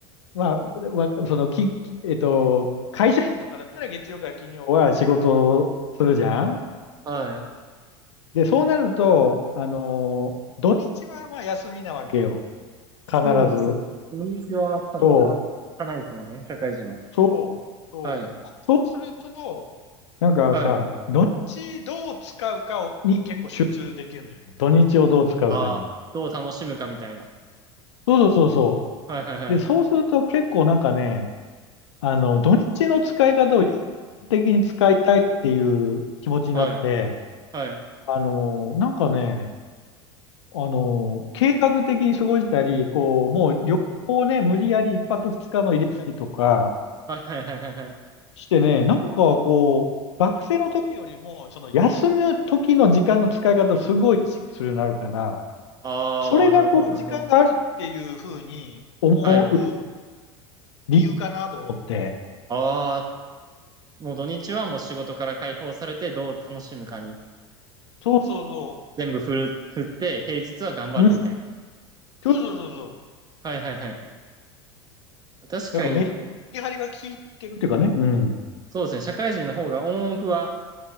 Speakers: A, on the left; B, on the right.
A: まあ、わその、き、えっと、会社員とかだったら月曜から金曜は仕事をするじゃん
B: はい。
A: で、そうなると、あの、土日はまあ休みなわけよ。
B: そうですね。
A: 必ず。
B: 土日は働かないですもんね、
A: そう、
B: 社会人は。
A: そう、そう。
B: はい、
A: そうすると、なんかさ、
B: はい。
A: 土日どう使うかをに結構集中できるのよ。土日をどう使うかに。
B: ああ、どう楽しむかみたいな。
A: そうそうそうそ
B: はい、はい、はい、
A: う。で、そうすると結構なんかね、あの、土日の使い方を有効的に使いたいっていう気持ちになって、
B: はい、はい、
A: あの、なんかね、あの、計画的に過ごしたり、こう、もう旅行をね、無理やり一泊二日の入れたりとか
B: はい、はい、はい、はい、はい。
A: してね、なんかこう、学生の時よりも、その休む時の時間の使い方をすごい意識するようになるから、
B: ああ、
A: それがこう、
B: なるほど、なるほど。
A: 時間があるっていうふうに思う
B: はい。
A: 理由かなと思って。
B: ああ、もう土日はもう仕事から解放されてどう楽しむかに
A: そうそうそ
B: 全部振る、振って、平日は頑張るみたいな。
A: う。うん。そうそうそうそう。
B: はいはいはい。確かに、
A: なんかメリハリが効いてるっていうかね。うん。
B: そうですね。社会人の方がオンオフは、